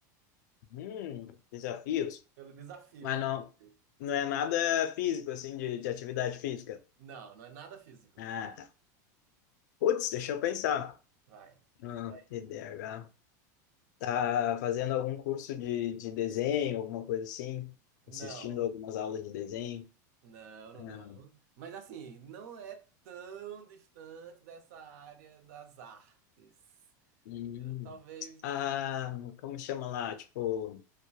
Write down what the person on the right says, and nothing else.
Pelo desafio
a
descobrir.
Não, não é nada físico.
Vai,
tenta aí.
Não.
Não, não,
não. Mas assim, não é tão distante dessa área das artes.
Eu, talvez.